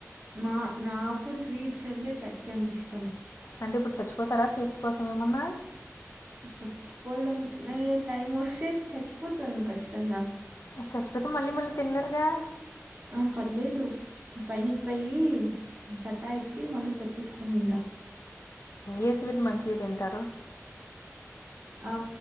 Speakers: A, on the right; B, on the left.
A: మా నాకు స్వీట్స్ అంటే చచ్చంత ఇష్టం
B: అంటిప్పుడు చచ్చిపోతారా స్వీట్స్ కోసం ఏమన్నా
A: చుచ్చు పోల్ద్ ఆ నే టైమ్ వస్తే చచ్చిపోతాను ఖచ్చితంగా
B: అయితే చచ్చిపోతే మళ్ళీ మళ్ళీ తిన్లేరుగా
A: ఆ పర్లేదు పైన్కిపోయి సాతాయిచి మళ్ళీ తీపించుకునిందా
B: ఏ స్వీట్ మంచిగా తింటారు
A: ఆ